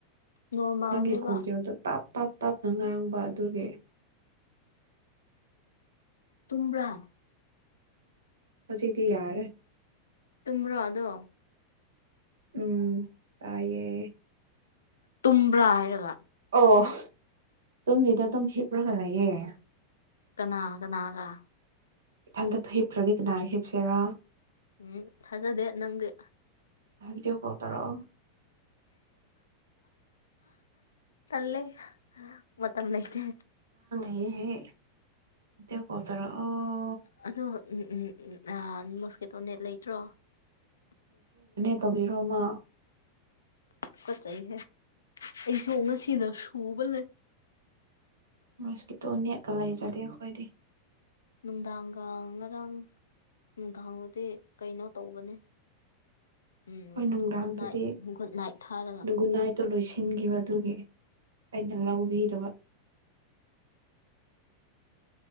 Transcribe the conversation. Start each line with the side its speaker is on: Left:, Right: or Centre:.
Left: ꯅꯣꯔꯃꯦꯜꯅꯦꯕ
Right: ꯅꯪꯒꯤ ꯈꯣꯟꯖꯦꯜꯗꯣ ꯇꯥꯞ ꯇꯞ ꯇꯞꯅ ꯉꯥꯡꯕ ꯑꯗꯨꯒꯤ
Left: ꯇꯨ꯭ꯔꯥ
Right: ꯍꯧꯖꯤꯛꯇꯤ ꯌꯥꯔꯦ
Left: ꯇꯃ꯭ꯔꯣ ꯑꯗꯣ
Right: ꯎꯝ ꯇꯥꯏꯌꯦ
Left: ꯇꯨꯝꯕ꯭ꯔꯥ ꯍꯥꯏꯔꯒ
Right: ꯑꯣ ꯑꯗꯨꯨꯝꯗꯨꯗ ꯑꯗꯨꯝ ꯍꯤꯞꯂꯒ ꯂꯩꯌꯦꯦ
Left: ꯀꯅꯥ ꯀꯅꯥꯒ
Right: ꯏꯊꯟꯇ ꯍꯤꯞꯇ꯭ꯔꯅꯤ ꯀꯗꯥ ꯍꯤꯞꯁꯦꯔꯥ
Left: ꯎꯝ ꯊꯥꯖꯗꯦ ꯅꯪꯗꯤ
Right: ꯑꯖ ꯄꯇꯥꯔꯣ
Left: <inaudible> ꯇꯂꯦ ꯃꯠꯇ ꯑꯃꯅꯗ
Right: ꯍ ꯍꯦ ꯏ ꯀꯊꯔ ꯑꯣ
Left: ꯑꯣ ꯎꯝ ꯎꯝ ꯎꯝ ꯃꯣꯁꯀꯦꯇꯣ ꯅꯦꯠ ꯂꯩꯇ꯭ꯔꯣ
Right: ꯇꯧꯕꯤꯔꯣꯃ
Left: ꯐꯠꯆꯩꯍꯦ ꯑꯩꯁꯨ ꯉꯁꯤꯗ ꯁꯨꯕꯅꯦ
Right: ꯔꯁꯀꯤꯇꯣ ꯅꯦꯛꯀ ꯂꯩꯖꯗꯦ ꯑꯩꯈꯣꯏꯗꯤ
Left: ꯅꯨꯡꯗꯥꯡꯒ ꯉꯔꯥꯡ ꯎꯝꯊꯥꯡꯂꯨꯗꯤ ꯀꯩꯅꯣ ꯇꯧꯕꯅꯦ ꯎꯝ
Right: ꯍꯣꯏ ꯅꯨꯡꯗꯥꯡꯗꯗꯤ
Left: ꯒꯨꯗ ꯅꯥꯏꯠ ꯒꯨꯗ ꯅꯥꯏꯠ ꯊꯥꯔꯒ
Right: ꯒꯨꯅꯥꯏꯗꯣ ꯂꯣꯏꯁꯤꯟꯈꯤꯕ ꯑꯗꯨꯒꯤ ꯑꯩꯅ ꯂꯧꯕꯤꯕ